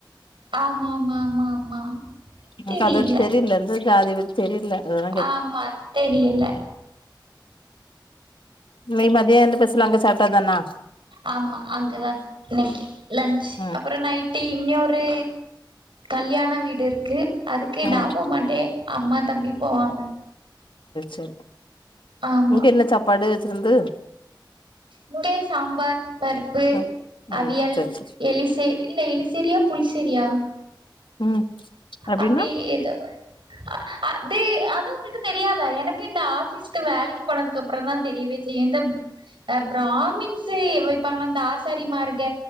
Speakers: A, on the right; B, on the left.
A: ஆமா ஆமா ஆமா ஆமா
B: நமக்
A: தெரியல
B: அது தெரில எந்த ஜாதின்னு தெரியில <unintelligible>
A: ஆமா தெரியல
B: இன்னைக்கு மதியோ என்ன ஸ்பெஷல் அங்க சாப்டத்தானா
A: ஆமா அங்கதா இன்னைக்கு லன்ச்
B: ம்
A: அப்பறோ நைட்டு இன்னி ஒ ரு கல்யாண வீடுருக்கு அதுக்கு
B: ம்
A: நா போமாட்டே அம்மா தம்பி போவாங்க
B: தர்
A: ஆமா
B: இங்க பாடு வெச்சிருந்து
A: இங்க சாம்பார் பருப்பு
B: ம்
A: அவியல்
B: ம் சரி சரி
A: எலிசே இல்ல எலி சேரியா புளிசேரியா
B: ம் அப்டின்னா
A: அப்பிடி எதோ அ அ டே அது உங்ளுக்கு தெரியாதா எனக்கே இந்த ஆஃபிஸ் க்கு வேலைக்கு போனதுக்கப்பறந்தா தெரியவே செய்யு இந்த அ ப்ராமின்ஸு வெப்பாங்க இந்த ஆசாரி மார்க